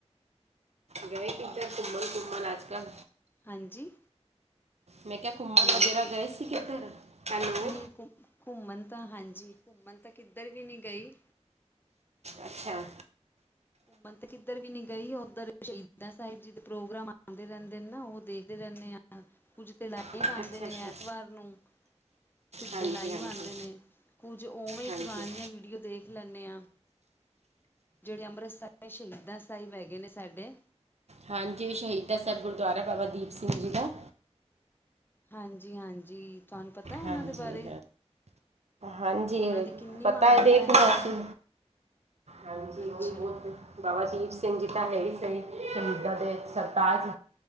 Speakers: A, on the right; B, on the left.
A: ਗਏ ਕਿੱਧਰ ਘੰਮਣ ਘੰਮਣ ਅੱਜ ਕੱਲ।
B: ਹਾਂਜੀ।
A: ਮੈਂ ਕਿਹਾ ਘੁੰਮਣ
B: ਹੈਲੋ
A: ਵਗੈਰਾ ਗਏ ਸੀ ਕਿੱਧਰ। ਹੈਲੋ
B: ਨਹੀਂ ਘੁੰਮਣ ਤਾਂ ਹਾਂਜੀ ਘੁੰਮਣ ਤਾਂ ਕਿੱਧਰ ਵੀ ਨਹੀਂ ਗਈ।
A: ਅੱਛਾ।
B: ਘੁੰਮਣ ਤੇ ਕਿੱਧਰ ਵੀ ਨੀ ਗਈ ਉੱਧਰ ਸ਼ਹੀਦਾਂ ਸਾਹਿਬ ਜੀ ਦੇ ਪ੍ਰੋਗਰਾਮ ਆਉਂਦੇ ਰਹਿੰਦੇ ਨੇ ਨਾ ਉਹ ਦੇਖ। ਰਹਿੰਦੇ ਹਾਂ ਕੁੱਝ ਤੇ ਲਾਈ
A: ਅੱਛਾ
B: ਆਉਦੇ ਨੇ
A: ਅੱਛਾ
B: ਐਤਵਾਰ ਨੂੰ। ਸਿੱਧੇ
A: ਹਾਂਜੀ
B: ਲਾਈਵ
A: ਹਾਂਜੀ
B: ਆਉਂਦੇ ਨੇ ਕੁੱਝ ਉਵੇਂ
A: ਹਾਂਜੀ
B: ਪੁਰਾਣੀਆਂ ਵੀਡੀਓ ਦੇਖ। ਦੇਖ ਲੈਂਦੇ ਹਾਂ ਜਿਹੜੇ ਅੰਮ੍ਰਿਤਸਰ ਸ਼ਹੀਦਾਂ ਸਾਹਿਬ ਹੈਗੇ ਨੇ ਸਾਡੇ।
A: ਹਾਂਜੀ ਸ਼ਹੀਦਾਂ ਸਾਹਿਬ ਗੁਰਦੁਆਰਾ ਬਾਬਾ ਦੀਪ ਸਿੰਘ ਜੀ ਦਾ।
B: ਹਾਂਜੀ ਹਾਂਜੀ ਤੁਹਾਨੂੰ ਪਤਾ। ਉਹਨਾਂ
A: ਹਾਂਜੀ।
B: ਦੇ ਬਾਰੇ
A: ਹਾਂਜੀ
B: ਉਹਨਾਂ ਦੀ ਕਿੰਨੀ
A: ਪਤਾ
B: ਮਹਾਨਤਾ
A: ਹੈ ਦੇਖਲੋ
B: ਹੈਗੀ
A: ਅਸੀਂ
B: ਏ
A: ਹਾਂਜੀ
B: ਅੱਛਾ
A: ਉਹ ਵੀ ਬਹੁਤ ਬਾਬਾ ਦੀਪ ਸਿੰਘ ਜੀ ਤਾਂ ਹੈ ਸਹੀ ਸ਼ਹੀਦਾਂ ਦੇ ਸਰਤਾਜ